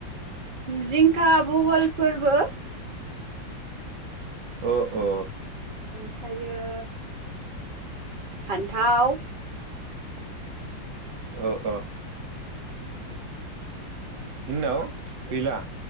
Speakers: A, on the right; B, on the right.
A: जिंखा बहल फोरबो
B: अ औ।
A: ओमफ्रायो फान्थाव
B: ओ ओ। बिनि उनाव गैला?